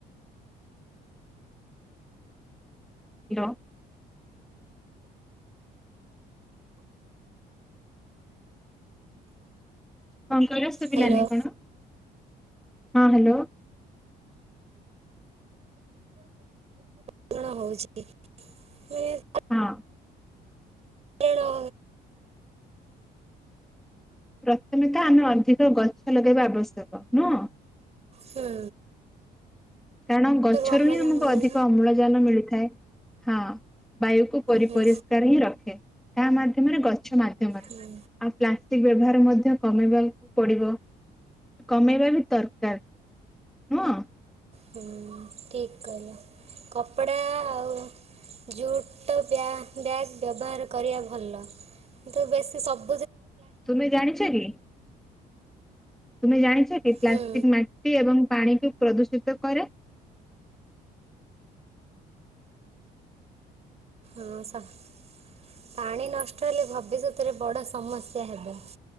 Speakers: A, in the centre; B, on the right.
A: ଲୋ କଣ କହିଲ ଶୁଭିଲାନି
B: ହ୍ୟାଲୋ
A: କଣ? ହଁ ହେଲୋ।
B: କଣ ହଉଛି? <inaudible>
A: ହଁ।
B: ଏଣୋ
A: ପ୍ରଥମେ ତ ଆମେ ଅଧିକ ଗଛ ଲଗେଇବା ଆବଶ୍ୟକ ନୁହଁ?
B: ହୁଁ।
A: କାରଣ ଗଛରୁ
B: ଅମ୍ଳଜାନ
A: ହିଁ ଆମକୁ
B: ମିଳେ
A: ଅଧିକ ଅମ୍ଳଜାନ ମିଳିଥାଏ। ହଁ ବାୟୁକୁ ପରି
B: ହୁଁ
A: ପରିଷ୍କାର ହିଁ ରଖେ କାହା ମାଧ୍ୟମରେ ଗଛ ମାଧ୍ୟମରେ
B: ହୁଁ।
A: ଆଉ ପ୍ଲାଷ୍ ଟିକ୍ ବ୍ୟବହାର ମଧ୍ୟ କମେଇବାକୁ ପଡ଼ିବ। କମେଇବା ବି ଦରକାର ନୁହଁ?
B: ହୁଁ। ଠିକ୍ କହିଲ, କପଡ଼ା ଆଉ ଝୁଟ ବ୍ୟା ବ୍ୟାଗ୍ ବ୍ୟବହାର କରିବା ଭଲ, କିନ୍ତୁ ବେଶୀ ସବ
A: ତୁମେ ଜାଣିଛ କି? ତୁମେ ଜାଣିଛ କି ପ୍ଲାଷ୍ଟିକ୍
B: ହୁଁ
A: ମା ଟି ଏବଂ ପାଣିକୁ ପ୍ରଦୂଷିତ କରେ?
B: ହଁ ସା-ପାଣି ନଷ୍ଟ ହେଲେ ଭବିଷ୍ୟତରେ ବଡ଼ ସମସ୍ୟା ହେବ।